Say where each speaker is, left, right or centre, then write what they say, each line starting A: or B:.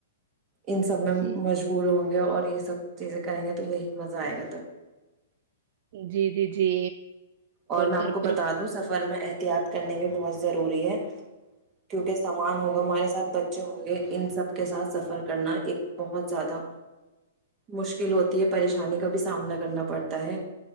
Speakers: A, on the right; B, on the right.
A: ان سب میں
B: جی
A: مشغول ہوں گے اور یہ سب چیزیں کریں گے تو یہی م زائے گا ت
B: جی جی جی
A: اور میں آپ
B: گھر
A: کو بتا
B: پر
A: دوں سب سفر میں احتیاط کرنے بھی بہت ضروری ہے کیونکہ سامان ہوگا ہمارے ساتھ بچے ہوں گے ان سب کے ساتھ سفر کرنا ایک بہت زیادہ مشکل ہوتی ہے پریشانی کا بھی سامنا کرنا پڑتا ہے